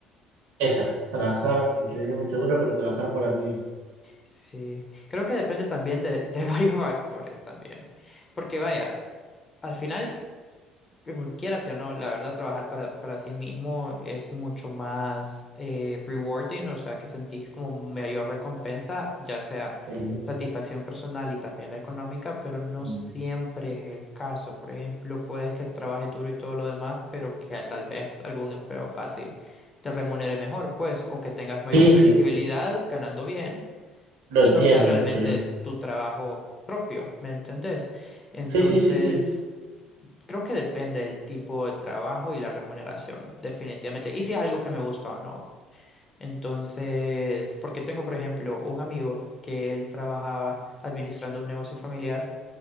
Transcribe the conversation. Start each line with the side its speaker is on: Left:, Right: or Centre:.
Right: Esa, trabajar increíblemente seguro, pero trabajar para mí.
Left: Sí, creo que depende también de, de <laughs> varios factores también, porque vaya, al final que cualquiera sí o no, la verdad, trabajar para, para sí mismo es mucho más eh, rewarding, o sea, que sentís como mayor recompensa, ya sea
Right: Sí,
Left: satisfacción personal y también la económica, pero no
Right: Mm.
Left: siempre es el caso. Por ejemplo, puedes que trabajes duro y todo lo demás, pero que tal vez algún empleo fácil te remunere mejor, pues, o que tengas mayor
Right: sí,
Left: flexibilidad
Right: sí,
Left: ganando bien
Right: lo
Left: y
Right: entiendo,
Left: no sea realmente
Right: pero...
Left: tu trabajo propio, ¿me entendés? Entonces,
Right: Sí, sí, sí, sí.
Left: Creo que depende del tipo de trabajo y la remuneración, definitivamente. Y si es algo que me gusta o no. Entonces, porque tengo, por ejemplo, un amigo que él trabajaba administrando un negocio familiar,